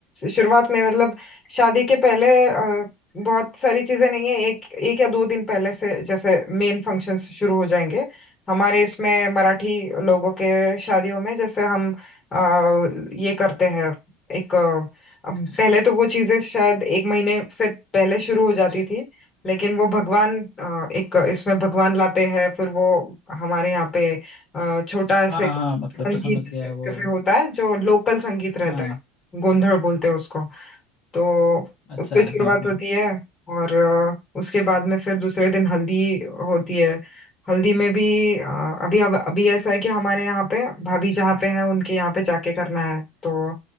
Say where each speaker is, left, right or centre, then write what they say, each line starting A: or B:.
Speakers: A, on the left (about 20°); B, on the left (about 40°).
A: शुरुआत में मतलब शादी के पहले अ, बहुत सारी चीजें नहीं है एक एक या दो दिन पहले से जैसे मेन फंक्शंस शुरू हो जाएंगे हमारे इसमें मराठी लोगों के शादियों में जैसे हम अ, ये करते हैं एक अ, अब पहले तो वो चीजें शायद एक महीने से पहले शुरू हो जाती थी लेकिन वो भगवान अ, एक इसमें भगवान लाते हैं फिर वो हमारे यहाँ पे अ, छोटा ऐसे
B: हाँ हाँ मतलब
A: संगीत
B: समझ गया वो
A: से होता है जो लोकल संगीत रहता
B: हाँ
A: है गोंधड़ बोलते हैं उसको तो
B: अच्छा
A: उससे शुरुआत
B: हाँ हाँ
A: होती है और अ, उसके बाद में फिर दूसरे दिन हल्दी होती है हल्दी में भी अ, अभी अब अभी ऐसा है कि हमारे यहाँ पे भाभी जहाँ पे हैं उनके यहाँ पे जाके करना है तो